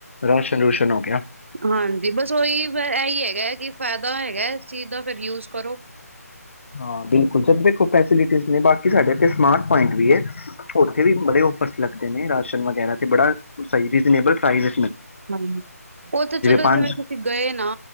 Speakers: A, on the left; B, on the right.
A: ਰਸ ਰੁਸ। ਹੋ ਗਿਆ
B: ਹਾਂਜੀ। ਬਸ ਉਹੀ ਇਹੀ ਹੈਗਾ ਕਿ ਫਾਇਦਾ। ਹੈਗਾ ਇਸ ਚੀਜ਼ ਦਾ। ਫਿਰ ਯੂਜ ਕਰੋ।
A: ਹਾਂ। ਬਿਲਕੁਲ ਜਦ ਦੇਖੋ ਪੈਸੇ ਬਾਕੀ ਸਾਡੇ ਇਥੇ ਸਮਾਰਟ ਪੁਆਇੰਟ ਵੀ ਹੈ। ਉੱਥੇ ਵੀ ਬੜੇ ਔਫਰਸ ਲੱਗਦੇ ਨੇ ਰਾਸ਼ਨ ਵਗੈਰਾ। ਬੜਾ ਸਹੀ ਰੀਜ਼ਨੇਬਲ। ਫਾਇਦੇ।
B: ਹਾਂ ਉਹ ਤਾਂ ਚਲੋ
A: ਪੰਜ
B: ਜਿਵੇਂ ਤੁਸੀਂ ਗਏ ਨਾ